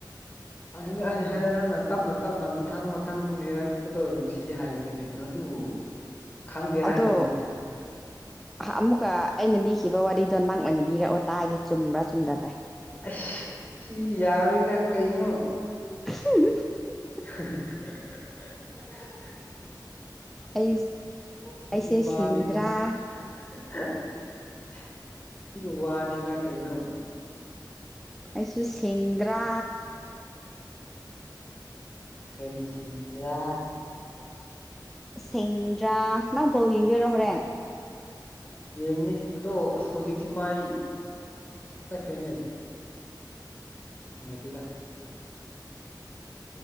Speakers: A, on the left; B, in the centre.
A: ꯑꯗꯨꯅꯤ ꯑꯩꯅ ꯍꯥꯏꯔ ꯅꯪꯅ ꯇꯞꯅ ꯇꯞꯅ ꯃꯊꯪ ꯃꯊꯪ ꯅꯤꯔꯛꯄꯗꯣ ꯅꯨꯡꯁꯤ ꯍꯥꯏꯕꯅꯤ ꯀꯩꯅꯒꯤꯩꯅꯣ ꯑꯗꯨꯕꯨ ꯈꯪꯗꯦ ꯍꯥꯏꯔꯣ
B: ꯑꯗꯣ
A: ꯑꯃꯨꯛ
B: ꯑꯃꯨꯛꯀ ꯑꯩꯅ ꯂꯤꯈꯤꯕ ꯋꯥꯔꯤꯗꯣ ꯅꯪ ꯑꯣꯏꯅ ꯂꯤꯔꯛꯑꯣ ꯇꯥꯒꯦ ꯆꯨꯝꯕ꯭ꯔꯥ ꯆꯨꯝꯗꯕ꯭ꯔꯥ
A: ꯑꯁ ꯁꯤ ꯌꯥꯔꯣꯏꯅ ꯀꯩꯅꯣꯅ
B: <unintelligible>
A: <unintelligible>
B: ꯑꯩ
A: ꯁꯤꯕꯨ
B: ꯑꯩꯁꯦ
A: ꯋꯥꯅꯦꯅ
B: ꯁꯤꯡꯗ꯭ꯔꯥ
A: <unintelligible> ꯁꯤꯕꯨ ꯋꯥꯅꯦꯅ ꯀꯩꯅꯣ
B: ꯑꯩꯁꯨ ꯁꯦꯡꯗ꯭ꯔꯥ
A: ꯀꯔꯤ ꯁꯤꯡꯗ꯭ꯔꯥ
B: ꯁꯤꯡꯗ꯭ꯔꯥ ꯅꯪ ꯕꯣꯜ ꯌꯦꯡꯗꯣꯏꯔꯣ ꯍꯣꯔꯦꯟ
A: ꯌꯦꯡꯉꯤ ꯑꯗꯣ ꯑꯁ ꯍꯧꯖꯤꯛꯁꯦ ꯃꯥꯏ ꯇꯠꯈ꯭ꯔꯦꯅꯦ ꯉꯥꯏꯤꯗ